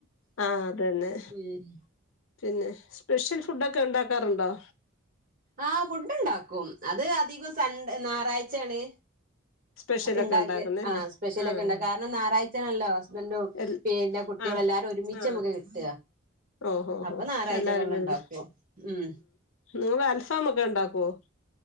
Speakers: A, on the left; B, on the right.
A: ആ അത് തന്നെ
B: ഉം
A: പിന്നെ സ്പെഷ്യൽ ഫുഡോക്കെ ഉണ്ടാ ഉണ്ടാകാറുണ്ടോ
B: ആഹ ഫുഡ് ഉണ്ടാക്കും അത് അധികം സൺ ഞാറാഴ്ചണ്
A: സ്പെഷ്യലൊക്കെ
B: ഉണ്ടാക്ക്
A: ഉണ്ടാക്കുന്നല്ലേ
B: ആ സ്പെഷ്യലൊക്കെ
A: ആഹ്
B: ഉണ്ടാക്ക് കാരണം ഞാറാഴ്ചേണല്ലോ ഹസ്‌പെൻഡും
A: എൽ
B: പിന്നെ കുട്ടികൾ
A: ആ
B: എല്ലാരും ഒരുമിച്ച്
A: ആഹ്
B: നമുക്ക് കിട്ട
A: ഓഹോ ഹോ
B: അപ്പൊ ഞായറാഴ്ചകളിൽ
A: എല്ലാരും വരുന്ന
B: ഉണ്ടാക്കും ഉം
A: നിങ്ങള് അൽഫാമൊക്കെ ഉണ്ടാക്കുവോ